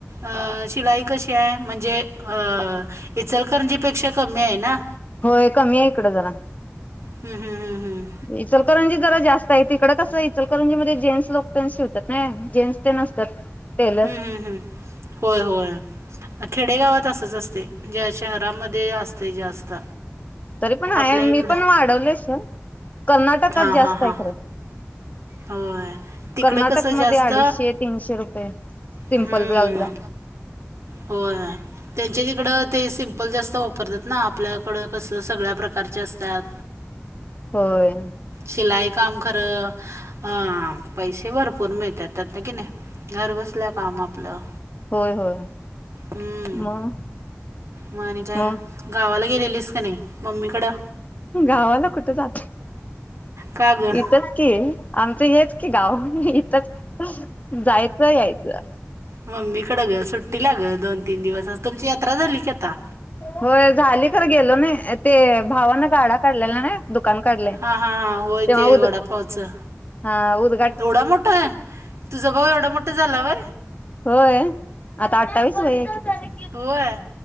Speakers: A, on the right (about 65°); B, on the left (about 30°).
A: अ शिलाई कशी आहे? म्हणजे अ इचलकरंजीपेक्षा कमी आहे ना.
B: होय कमी आहे इकडं जरा
A: हम्म हम्म हम्म
B: इचलकरंजी जरा जास्त आहे, तिककडे कसं इचलकरंजी मध्ये जेंट्स लोक त्यां शिवतात ना जेंट्स ते असतात. टेलर
A: हम्म हम्म हम् होय होय खेडेगावात असच असते. ज्या शहरामध्ये असते जास्त.
B: तरी पण आहे
A: आपल्या
B: मी
A: इकडं
B: पण वाढवलेस कर्नाटकात
A: हां
B: जास्त
A: हां हां
B: आहे खरं.
A: होय तिकडं
B: कर्नाटक
A: कसं जास्त
B: मध्ये अडीचशे तीनशे रुपये- सिंपल
A: हम्म
B: ब्लाउज ला.
A: होय. त्यांच्या तिकडं ते सिम्पल जास्त वापरतात ना, आपल्याकडं कसं सगळ्या प्रकारचे असतात.
B: होय.
A: शिलाई काम खरं अं पैसे भरपूर मिळतात त्यात ना नाही. घर बसल्या काम आपलं
B: होय होय
A: हम्म-
B: मग
A: म आणि काय,
B: मग
A: गावाला गेलेलीस का नाही मम्मी कडं?
B: गावाला कुठं जाते
A: का गं
B: इथच कि. आमचं हेच की गाव इथच जायचं यायचं.
A: मम्मी कड ग सुट्टीला ग दोन तीन दिवस तुमची यात्रा झाली की आता
B: होय झाली खर गेलो नाही, ते भावानं गाडा काढलेला दुकान काढलय,
A: हां हां हां होय
B: तेव्हा
A: ते
B: उद
A: वडापावचं
B: हा उद
A: एवढा मोठा हाय तुझा भाऊ एवढा मोठं झालं वय?
B: होय आता अठ्ठावीस वय आहे कि
A: होय